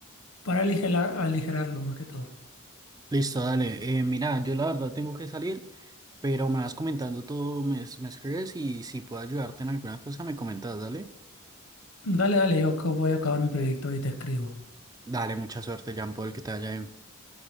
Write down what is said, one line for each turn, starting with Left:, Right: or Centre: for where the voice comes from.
Left: para aligerar, aligerarlo más que todo.
Right: Listo, dale. Eh, mira, yo la verdad tengo que salir, pero me vas comentando todo, me, es- me escribes y si puedo ayudarte en alguna cosa, me comentas, dale.
Left: Dale, dale, yo que voy a acabar mi proyecto y te escribo.
Right: Dale, mucha suerte, Jean Paul, que te vaya bien.